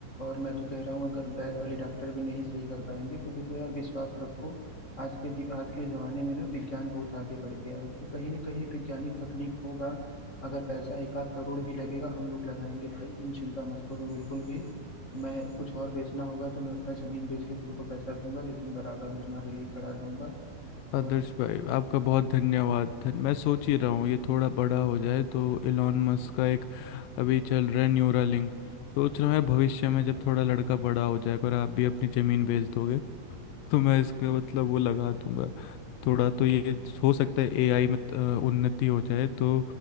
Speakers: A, on the left (about 30°); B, on the left (about 90°).
A: और मैं तो कह रहा हूँ अगर वैद वाले डॉक्टर भी नहीं सही कर पाएंगे तो देखो यार विश्वास रखो आज के दि- आज के जमाने में ना विज्ञान बहुत आगे बढ़ गया है तो कहीं ना कहीं वैज्ञानिक तकनीक होगा अगर पैसा एक आध करोड़ भी लगेगा हम लोग लगाएंगे भाई तुम चिंता मत करो बिल्कुल भी मैं कुछ और बेचना होगा तो मैं अपना जमीन बेच के तुमको पैसा दूंगा लेकिन बराबर मैं तुम्हारे लिए खड़ा रहूंगा
B: आदर्श
A: और देखो
B: भाई आपका बहुत धन्यवाद धन- मैं सोच ही रहा हूँ ये थोड़ा बड़ा हो जाए तो इलॉन मस्क का एक अभी चल रहा है न्यूरालिंक सोच रहा हूँ भविष्य में जब थोड़ा लड़का बड़ा हो जाएगा और आप भी अपनी ज़मीन बेच दोगे तो मैं इसका मतलब वो लगा दूंगा थोड़ा तो ये हो सकता है एआई में अ, उन्नति हो जाए तो